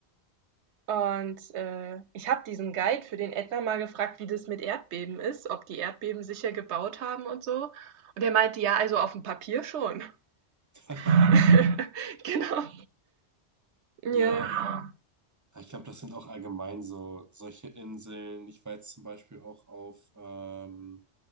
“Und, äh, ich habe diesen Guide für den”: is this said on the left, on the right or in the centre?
Right